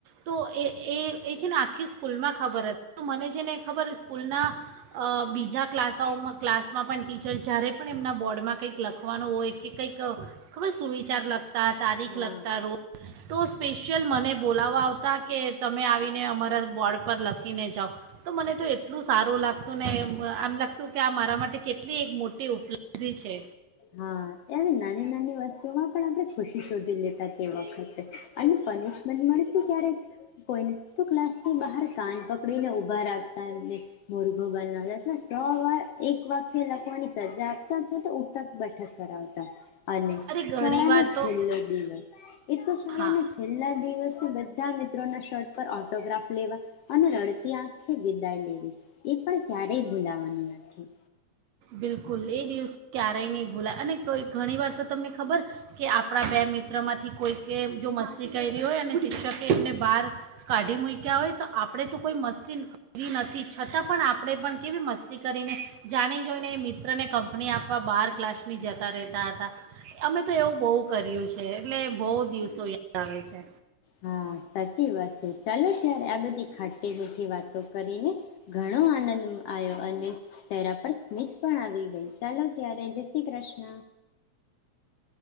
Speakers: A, on the right; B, on the left.
A: તો એ એ એ છે ને આખી સ્કૂલમાં ખબર હતી. તો મને છે ને ખબર સ્કૂલના અ બીજા ક્લાસાઓમાં ક્લાસમાં પણ ટીચર જ્યારે પણ એમના બોર્ડમાં કંઈક લખવાનું હોય કે કંઈક ખબર સુવિચાર લખ તા તારીખ
B: હા
A: લગતા રોજ તો સ્પેશિયલ મને બોલાવવા આવતા કે, તમે આવીને અમારા બોર્ડ પર લખ ને જાઓ. તો મને તો એટલું સારું લાગતું ને એ આમ લાગતું કે આ મારા માટે કેટલી એક મોટી ઉપલબ્ધિ છે.
B: હા, ત્યારે નાની નાની વસ્તુમાં પણ આપણે ખુશી શોધી લેતા તે વખતે અને પનિશમેન્ટ મળતી ક્યારેક કોઈને તો ક્લાસ ની બહાર કાન પકડી ને ઉભા રાખતા એમને. મુરઘો બનાવતા અથવા સો વાર એક વાકય લખવાની સજા આપતા અથવા તો ઉઠક બેઠક કરાવતા. અને
A: અરે
B: શાળાનો
A: ઘણીવાર તો
B: છેલ્લો દિવસ એ તો શાળા
A: હા
B: ના છેલ્લા દિવસે બધા ત્યા મિત્રો ના શર્ટ પર ઓટોગ્રાફ લેવા અને રડતી આંખે વિદાય લેવી, એ પણ ક્યારેય ભૂલાવાનું નથી.
A: બિલકુલ એ દિવસ ક્યારેય નહીં ભૂલાય. અને કોઈ ઘણી વાર તો તમને ખબર કે આપણા બે મિત્રમાંથી કોઈકે જો મસ્તી કયરી હોય અને શિક્ષકે એમને બહાર કાઢી મૂક્યા હોય તો આપણે તો કોઈ મસ્તી કરી નથી, છતાં પણ આપણે પણ કેવી મસ્તી કરીને જાણી જોને એ મિત્ર ને કંપની આપવા બાર ક્લાસ ની જતા રહેતા હતા. અમે તો એવું બઉ કર્યું છે એટલે બઉ દિવસો યાદ આવે છે.
B: હા, સાચી વાત છે. ચાલો ત્યારે આ બધી ખાટી મીઠી વાતો કરીને ઘણો આનંદ આવ્યો અને ચહેરા પર સ્મિત પણ આવી ગઈ. ચાલો ત્યારે, જય શ્રી ક્રષ્ન.